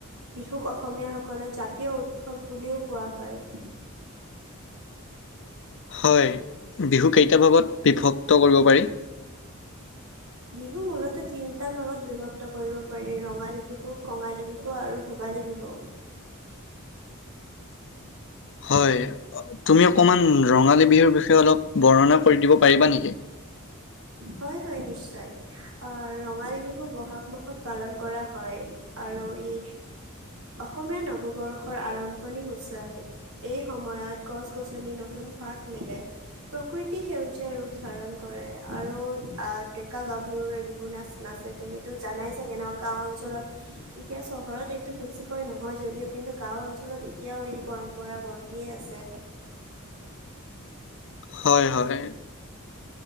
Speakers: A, on the right; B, on the left.
A: বিহুক অসমীয়াসকলে জাতীয় উৎসৱ বুলিও কোৱা হয়
B: হয় বিহু কেইটা ভাগত বিভক্ত কৰিব পাৰি
A: বিহু মূলতঃ তিনিটা ভাগত বিভক্ত কৰিব পাৰি ৰঙালী বিহুক কঙালী বিহু আৰু ভোগালী বিহু
B: হয় তুমি অকণমান ৰঙালী বিহুৰ বিষয়ে অলপ বৰ্ণনা দিব পাৰিবা নেকি
A: হয় হয় নিশ্চয় আহ ৰঙালী বিহু ব'হাগ মাহত পালন কৰা হয় আৰু ই অসমীয়া নৱবৰ্ষৰ আৰম্ভণি সোচাই এই সময়ত গছ গছনি নতুন পাত মেলে প্ৰকৃতি সেউজীয়া ৰূপ ধাৰণ কৰে আৰু আহ ডেকা গাভৰুৱে বিহু নাচ নাচে তুমিতো জানাই চাগে ন গাওঁ অঞ্চলত এতিয়া চহৰত এইটো বেছিকৈ নহয় যদিও কিন্তু গাওঁ অঞ্চলত এতিয়াও এই পৰম্পৰা বৰ্তিয়ে আছে
B: হয় হয়